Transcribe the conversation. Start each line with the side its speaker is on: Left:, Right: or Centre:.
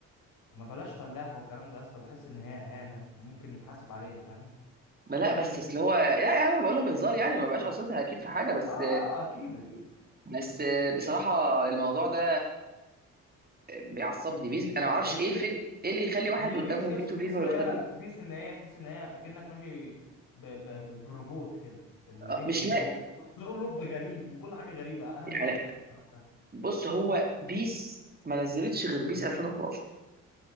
Left: ما بلاش فلاح والكلام ده يا اسطى بحس ان هي اهانه وممكن نتحاسب عليها فاهم
Right: ما لا بس اصل هو لا يا عم بقولها بهزار يعني ما بقاش قصدها اكيد في حاجه بس
Left: اه اه اكيد اكيد
Right: بس بصراحه الموضوع ده بيعصبني بيس انا ما اعرفش
Left: هي
Right: ايه الفكره ايه اللي يخلي واحد
Left: هي
Right: قدامه
Left: بيس يا
Right: بيس
Left: اسطى
Right: وفيفا
Left: تحس ان
Right: ويختار
Left: هي
Right: بيس
Left: بيس ان هي تحس ان هي اكنك ماشي ب... ب... ب... بروبوت كده اللعيب
Right: أه، مش
Left: و-
Right: لاقي
Left: وثرو لوب غريب وكل حاجه غريبه انا
Right: يعني
Left: موافقك في الكلام ده
Right: بص هو بيس ما نزلتش غير بيس 2011